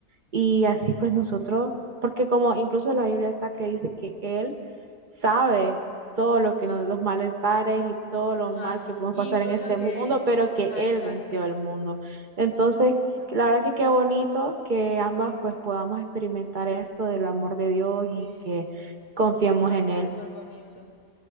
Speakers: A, on the right; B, on the left.
A: y así pues nosotros, porque como incluso la Biblia está que dice que Él sabe todo lo que nos, los malestares y todo lo
B: Ajá,
A: mal que podemos
B: y
A: pasar
B: incluso
A: en este
B: que,
A: mundo, pero que
B: ajá,
A: Él
B: exacto,
A: venció el mundo. Entonces,
B: ajá,
A: la verdad que qué bonito que ambas pues podamos experimentar esto del amor de Dios y
B: sí,
A: que confiemos
B: sí, la verdad
A: en
B: que
A: Él.
B: es súper bonito.